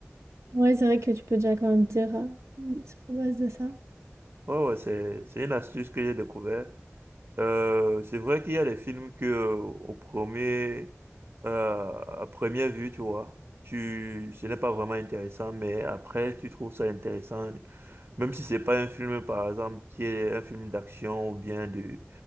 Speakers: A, on the right (about 70°); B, on the right (about 50°).
A: Ouais, c'est vrai que tu peux déjà quand même dire euh, mm, sur base de ça.
B: Ouais, ouais, c'est, c'est une astuce que j'ai découvert Euh, c'est vrai qu'il y a des films que euh, au premier euh, à première vue, tu vois, tu ce n'est pas vraiment intéressant, mais après tu trouves ça intéressant, même si c'est pas un film par exemple qui est un film d'action ou bien de